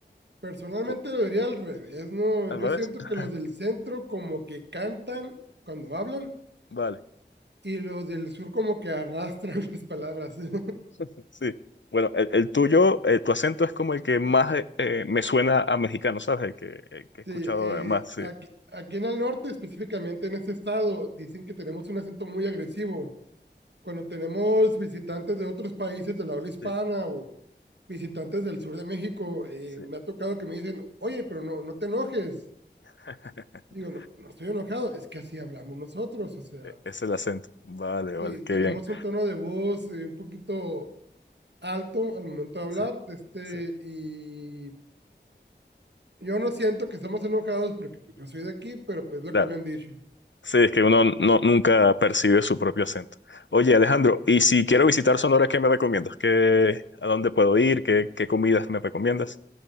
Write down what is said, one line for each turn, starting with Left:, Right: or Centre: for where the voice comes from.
Right: personalmente
Left: Pu-
Right: lo diría al revés, ¿no?
Left: ¿Al
Right: Yo
Left: revés?
Right: siento
Left: <laughs>
Right: que los del centro como que cantan cuando hablan
Left: Vale.
Right: y los del sur como que arrastran <laughs> las palabras. <laughs> sí,
Left: <laughs> Sí. Bueno, el, el tuyo, eh, tu acento es como el que más eh, eh, me suena a mexicano, ¿sabes? El que, el que he escuchado
Right: eh,
Left: más, sí.
Right: aquí, aquí en el norte, específicamente en este estado, dicen que tenemos un acento muy agresivo cuando tenemos visitantes de otros países de la habla hispana
Left: Sí,
Right: o visitantes del sur de México, eh,
Left: sí.
Right: me ha tocado que me dicen, oye, pero no, no te enojes.
Left: <laughs>
Right: Digo, no, no estoy enojado, es que así hablamos nosotros, o sea,
Left: E- Es el acento. Vale, vale,
Right: sí,
Left: qué
Right: tenemos
Left: bien.
Right: un tono de voz eh, un poquito alto al momento de hablar,
Left: Sí,
Right: de este,
Left: sí.
Right: y yo no siento que estamos enojados porque pues, yo soy de aquí, pero pues lo
Left: Claro.
Right: que me han dicho,
Left: Sí, es que uno no, nunca percibe su propio acento. Oye, Alejandro,
Right: claro.
Left: y si quiero visitar Sonora, ¿qué me recomiendas? ¿Qué, a dónde puedo ir? ¿Qué, qué comidas me recomiendas?